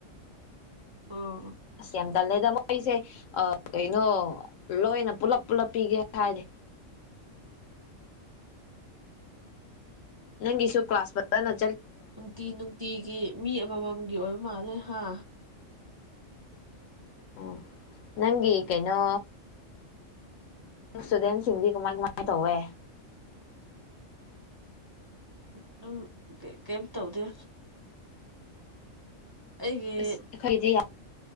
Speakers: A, on the right; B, on the left.
A: ꯑꯣ
B: ꯑꯁ ꯁꯦꯝꯗꯜꯂꯦꯗ ꯃꯣꯏꯁꯦ ꯀꯩꯅꯣ ꯂꯣꯏꯅ ꯄꯨꯂꯞ ꯄꯨꯂꯞ ꯄꯤꯒꯦ ꯍꯥꯏꯗꯤ ꯅꯪ ꯏꯁꯁꯨ ꯀ ꯀ꯭ꯂꯥꯁ ꯅ
A: ꯅꯨꯡꯇꯤ ꯅꯨꯡꯇꯤꯒꯤ ꯃꯤ ꯑꯃꯃꯝꯒꯤ ꯑꯣꯏꯕ ꯃꯥꯜꯂꯦ ꯍꯥ
B: ꯑꯣ ꯅꯪꯒꯤ ꯀꯩꯅꯣ ꯏꯁꯇꯨꯗꯦꯟꯁꯤꯡꯗꯤ ꯀꯃꯥꯏ ꯀꯃꯥꯏꯅ ꯇꯧꯋꯦ
A: ꯑꯗꯨꯝ ꯀꯩꯝ ꯇꯧꯗꯦ ꯑꯩꯒꯤ
B: ꯑꯁ ꯑꯩꯈꯣꯏꯒꯤꯗꯤ